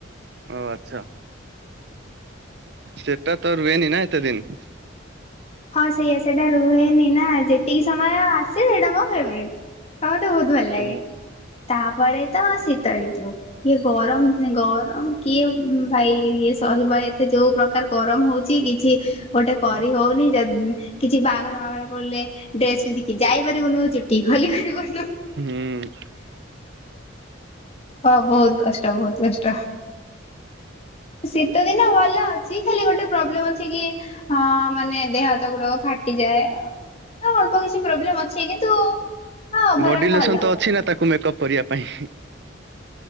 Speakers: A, on the right; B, on the left.
A: ଓ ଆଚ୍ଛା। ସେଟା ତ ରୁହେନି ନା ଏତେ ଦିନ।
B: ହଁ ସେଇଆା ସେଇଟା ରୁହେନି ନା ଯେତିକି ସମୟ ଆସେ ସେଇଟା ହଁ ଫେବଟ ହଉ ତ ବହୁତ ଭଲ
A: ଓ
B: ଲାଗେ ତା ବରେ ତାସୀତାରୁ ଗରମ ଗରମ କିଏ ଭାଇ ଇଏ ସହିବା ଏତେ ଯୋଉ ପ୍ରକାର ଗରମ ହଉଛି କିଛି ଗୋଟେ କରି ହଉନି କିଛି ବାଘର ବାଘର ପଡିଲେ ଡ୍ରେସ ପିନ୍ଧିକି ଯାଇ ପାରିବୁନୁ ଚୁଟି ଖୋଲି ପାରିବୁନୁ
A: ହୁଁ
B: ହଁ ବହୁତ କଷ୍ଟ ବହୁତ କଷ୍ଟ ଶୀତ ଦିନ ଭଲ ଅଛି ଖାଲି ଗୋଟେ ପ୍ରୋବ୍ଲେ ଅଛି କି ହ ମାନେ ଦେହ ହାତ ଗୁଡା ଫାଟିଯାଏ ଅଳ୍ କିଛି୍ ଅଛି କିନ୍ତୁ ହଁ ଓଭରଅଲ
A: ବଡି ଲୋସନ
B: ଭଲ
A: ତ ଅଛି ନା ତାକୁ ମେକପ କରିବା ପାଇଁ।